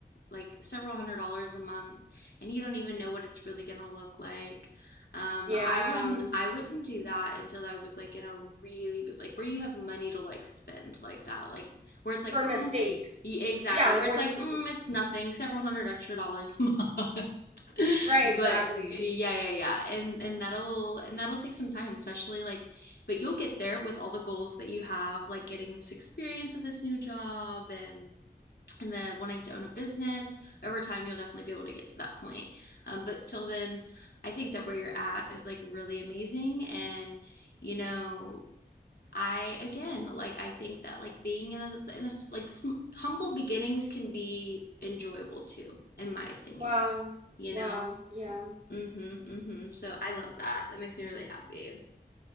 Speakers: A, on the left; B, on the right.
A: like several hundred dollars a month and you don't even know what it's really going to look like. Um,
B: Yeah.
A: I wouldn't I wouldn't do that until I was like in a really like where you have money to like spend like that. Like where it's like
B: For
A: mm,
B: mistakes.
A: yeah, exactly.
B: Yeah, like
A: Where
B: when
A: it's like
B: you,
A: mm, it's nothing, several hundred extra dollars a month. <laughs>
B: right, exactly.
A: But yeah, yeah, yeah. And and that'll and that'll take some time, especially like but you'll get there with all the goals that you have, like getting this experience of this new job and and then wanting to own a business over time you'll definitely be able to get to that point um, but till then i think that where you're at is like really amazing and you know i again like i think that like being in a, in a like humble beginnings can be enjoyable too in my opinion
B: Wow.
A: you
B: Wow.
A: know
B: Yeah.
A: mm-hmm mm-hmm so i love that that makes me really happy